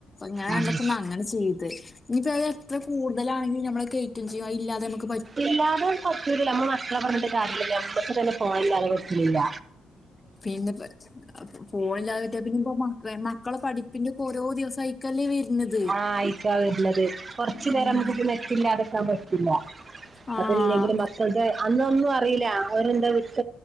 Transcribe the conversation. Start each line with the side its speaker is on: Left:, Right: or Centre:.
Left: അങ്ങന കണ്ടപ്പോ
Right: അതെ അതെ
Left: അങ്ങനെ ചെയ്ത് ഇനിയിപ്പ അത് എത്ര കൂടുതലാണെങ്കും നമ്മ കയറ്റം ചെയ്യുംഅത് ഇല്ലാതെ നക്ക്
Right: ഇല്ലാതും പറ്റില്ല നമ്മ മകളെ പറഞ്ഞിട്ട് കാര്യമില്ല നമ്മക്കക്ക് തന്നെ പോണ് ഇലാതെ പറ്റണല്ല
Left: പിന്നെ പോണില്ലാറ്റ പിന്നെ ഇ <unintelligible> മക്കളെ പഠിപ്പിന്റെ ഓരോ ദിവസ ആയിക്കല്ലേ വരുന്നത്
Right: ആഹ് ആയിക്കാ വരനത് കൊറച്ചു
Left: ഉം
Right: നേരം നമുക്ക് നെറ്റില്ല അതെക്കാൻ പറ്റില്ല
Left: ആഹ്
Right: അത്ല്ലെങ്കിലും മക്കളുടെ അന്നൊന്നും അറിയില്ല അവരെന്താ വിട്ട